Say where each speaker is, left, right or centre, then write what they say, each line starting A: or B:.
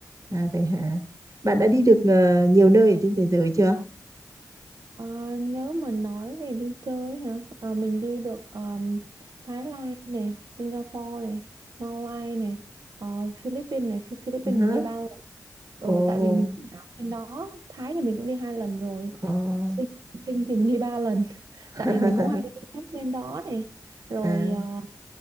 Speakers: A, on the right; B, on the right.
A: à vậy hả? Bạn đã đi
B: Ừ.
A: được ờ, nhiều nơi ở trên thế giới chưa?
B: Ờ, nếu mà nói về đi chơi hả? Ờ, mình đi được ờm, Thái Lan này, Singapore này, Malaysia này, ờ, Philippines này. Phi- Philippines
A: Hả?
B: mình đi ba lần.
A: Ồ,
B: Ừ, tại vì mình chỉ ở bên đó. Thái thì mình cũng đi hai lần rồi.
A: ồ.
B: Sinh, Sinh thì mình đi ba lần.
A: <laughs>
B: tại mình cũng hay đi công tác lên đó này rồi
A: À,
B: ờ,